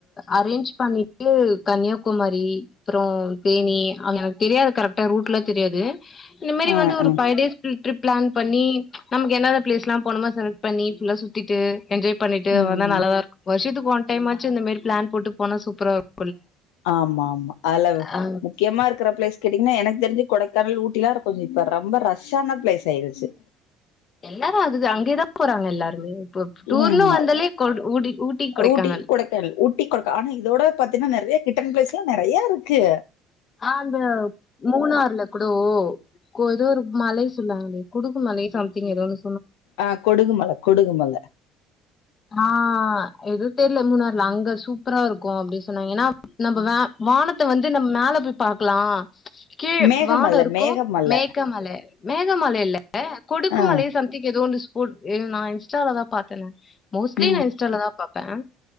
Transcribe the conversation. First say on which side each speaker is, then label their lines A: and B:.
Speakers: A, on the left (about 40°); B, on the left (about 75°).
A: அரேஞ்ச் பண்ணிட்டு கன்னியாகுமரி அப்புறோ தேனி அங்க தெரியாது கரெக்டா ரூட்லா தெரியாது இந்தமாரி
B: ஆ
A: வந்து ஒரு
B: ஆ
A: ஃபைவ் டேஸ் <unintelligible> டிரிப் பிளான் பண்ணி நமக்கு என்ன என்ன ப்ளேஸ்லா போனுமோ செலக்ட் பண்ணி ஃபுல்லா சுத்திட்டு எஜ்ஜாய் பண்ணிட்டு
B: ம்
A: வந்தா நல்லாதா இருக்கு வருஷத்துக்கு ஒன் டைமாச்சு இந்த மாரி பிளான் போட்டு போனா சூப்பரா இருக்கு
B: ஆமா ஆமா அதுல
A: ஆ
B: முக்கியமா இருக்கிற பிளேஸ் கேட்டீங்னா எனக்கு தெரிஞ்சு கொடைக்கானல் ஊட்டிலா இப்ப கொஞ்சோ ரொம்ப ரஷ்ஷான பிளேஸ் ஆயிடுச்சு
A: எல்லாரு அதுது அங்கேதா போறாங்க எல்லாருமே இப்ப டூர்ன்னு
B: ம்
A: வந்தாலே
B: ஆ
A: கொ ஊடி கொடைக்கானல்
B: ஊட்டி கொடைக்கல் ஊட்டி கொடைக்க ஆனா இதோட பத் தெர்மா நிறைய கிட்டன் பிளேஸ்லா நிறையா இருக்கு
A: ஆ அந்த மூணாறுல கூட ஓ கோ ஏதோ ஒரு மலை சொன்னாங்களே குடுக்கு மலை சம்திங் ஏதோன்னு
B: ஆ கொடுகுமல கொடுகுமல
A: ஆ எதுவு தெர்ல மூணார்ல அங்க சூப்பரா இருக்கு அப்டி சொன்னாங்க ஏனா நம்ம வா வானத்த வந்து நம்ம மேல போய் பாக்லா கீழ
B: மேகமல
A: வான இருக்கு
B: மேகமல
A: மேகமல மேகமல இல்ல கொடுக்கு
B: ஆ
A: மலைய சம்திங் எதோ ஒன்னு போடு இது நா இன்ஸ்டாலதா பாத்தேனா மோஸ்ட்லி
B: ம்
A: நா இன்ஸ்டாலதா பாப் பே